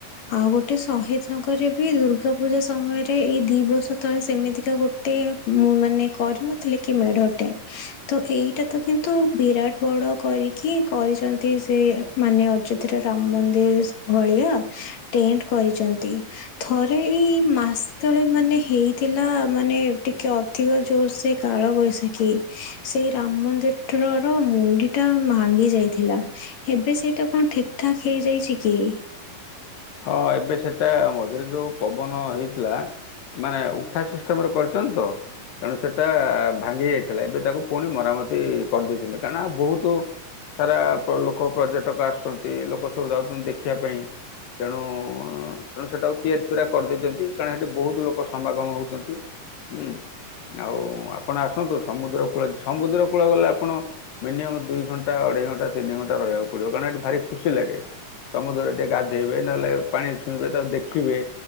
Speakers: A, on the left; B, on the left.
A: ଆଉ ଗୋଟେ ଶହୀଦ ନଗରରେ ବି ଦୁର୍ଗା ପୂଜା ସମୟରେ ଏଇ ଦି ବର୍ଷ ତଳେ ସେମିତିକା ଗୋ ଟେ ମୁଁ ମାନେ କରିନଥିଲେ କି ମେଢଟେ ତ ଏଇଟା ତ କିନ୍ତୁ ବିରାଟ ବ ଡ କରିକି କରିଛନ୍ତି ସେ ମାନେ ଅଯୋଧ୍ୟାର ରାମ ମନ୍ଦିର ଭଳିଆ ଟେଣ୍ଟ କରିଛନ୍ତି ଥରେ ଏଇ ମାସ ତଳେ ମାନେ ହେଇଥିଲା ମାନେ ଟିକେ ଅଧିକ ଜୋର ସେ କାଳ ବୈଶାଖୀ ସେଇ ରାମମନ୍ଦିର ଥର ର ମୁଣ୍ଡି ଟା ଭାଙ୍ଗି ଯାଇଥିଲା ଏବେ ସେଇଟା କଣ ଠିକ ଠାକ ହେଇଯାଇଛି କି?
B: ହଁ ଏବେ ସେଟା ମଝିରେ ଯୋଉ ପବନ ହେଇଥିଲା ମାନେ ଉଠା ସିଷ୍ଟମରେ କରିଛନ୍ତି ତ! ତେଣୁ ସେଟା ଭାଙ୍ଗି ଯାଇଥିଲା ଏବେ ତାକୁ ପୁଣି ମରାମତି କରିଦେଇଛନ୍ତି କାରଣ ଆଉ ବହୁତୁ ସାରା ପ ଲୋକ ପର୍ଯ୍ୟଟକ ଆସୁଛନ୍ତି ଲୋକ ସବୁ ଯାଉଛନ୍ତି ଦେଖିବା ପାଇଁ ତେଣୁ ତେଣୁ ସେଟାକୁ ତିଆରି ତିରା କରିଦେଇଛନ୍ତି କାରଣ ହେଠି ବହୁତ ଲୋକ ସମାଗମ ହଉଛନ୍ତି ହୁଁ ଆଉ ଆପଣ ଆସନ୍ତୁ ସମୁଦ୍ର କୂଳ ସମୁଦ୍ର କୂଳ ଗଲେ ଆପଣ ମିନିମମ୍ ଦୁଇ ଘଣ୍ଟା ଅଢ଼େଇ ଘଣ୍ଟ ତିନି ଘଣ୍ଟା ରହିବାକୁ ପଡିବ କାରଣ ଏଠି ଭାରି ଖୁସି ଲାଗେ ସମୁଦ୍ର ଟିକେ ଗା ଧେଇବେ ନହେଲେ ପାଣି ଛୁଇଁବେ ତାକୁ ଦେଖିବେ